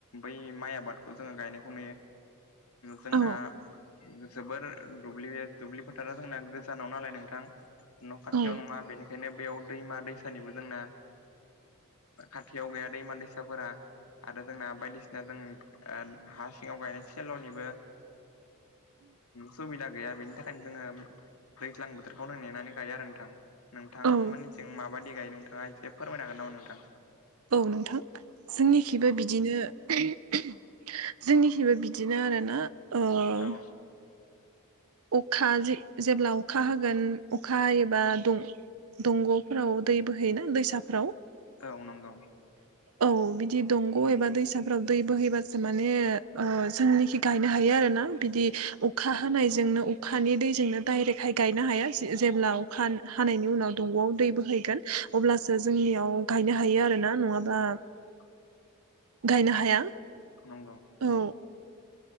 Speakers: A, on the left (about 80°); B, on the right (about 75°).
A: बै माइ आबादखौ जोङो गायनायखौ नुयो। जोंना
B: औ
A: जोबोर दुब्लि। दुब्लि फोथारा जोंना गोजानाव नालाय नोंथां न' खाथियाव
B: औ
A: नङा बेनिखायनो बेयाव दैमा दै सानिबो जोंना खाथियाव गैया दैमा दैसाफोरा। आरो जोंना बायदिसिना जों हा सिङाव गायनाय सेल'निबो। सुबिदा गैया बेनि थाखायनो जोङो दैज्लां बोथोरखौनो नेनानै गायो आरो नोंथां। नोंथांमोननिथिं
B: औ
A: माबायदि गायो नोंथाङा एसे फोरमायनो हागोन नामा नोंथां।
B: औ नोंथां जोंनिखिबो बिदिनो। जोंनिखिबो बिदिनो आरोना। ओ
A: औ।
B: अखा जेब्ला अखा होगोन अखा हायोबा दं। दंग'फोराव दै बोहैना।
A: औ औ नंगौ
B: औ बिदि दंग' एबा दैसाफोराव दै बोहैबा माने जोंनिखि गायनो हायो आरो ना बिदि अखा हानायजोंनो अखानि दैजोंनो डाइरेक्टहाय गायनो हाया जेब्ला अखा हानायनि उनाव दंग'आव दै बोहैगोन अब्लासो जोंनियाव गायनो हायो आरो ना नङाबा
A: औ।
B: गायनो हाया
A: नंगौ
B: औ।